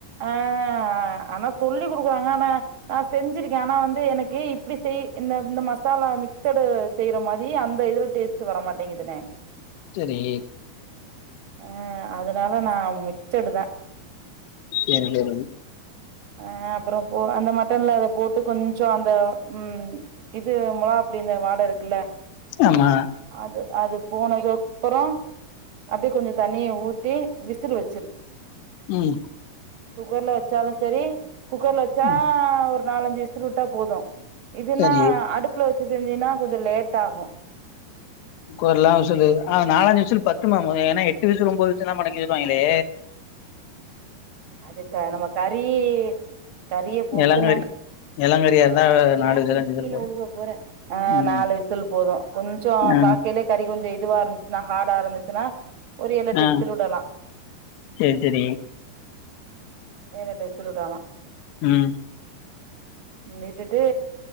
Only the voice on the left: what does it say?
சேரி
ஏ அந்த மாரி
ஆமா
ம்
ம்
செரி
குக்கரலா விசில்லு நாலஞ்சி விசிலு பத்துமா மொத ஏனா எட்டு விசிலு ஒன்போது விசிலு லா ம இதுவாங்கலே
எளங்கறி எளங்கறியா இருந்தா
நாலு விசில்
அஞ்சு விசில்
போது
ம்
ஆ
ஆ
சேரி சேரி
ம்